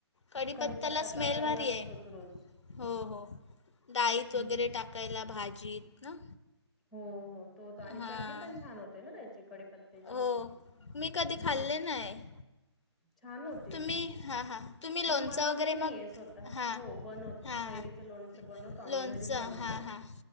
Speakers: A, on the left; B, in the centre.
A: कढीपत्याला
B: कडीपत्ता
A: स्मेल
B: तर आपल्याला
A: भारी
B: लागतोच
A: आहे
B: रोज
A: हो हो डाळीत
B: हो
A: वगैरे टाक. टाकायला भाजीत ना.
B: हो हो तो आणि
A: हां
B: चटणी पण छान होते ना त्याचि कडिपत्या. त्याचे
A: हो मी कधी
B: हम्
A: खाल्ले नाही
B: छान होत. ते
A: तुम्ही हां हां तुम्ही लोणचं
B: मी बनवली
A: वगैरे
B: नाहीये
A: मग
B: स्वतः
A: हां
B: हो बनवतो
A: हां
B: कैरीच
A: हां
B: लोण च बनवतो आम्ही
A: लोणचं
B: घरीच बनवतो
A: हां हां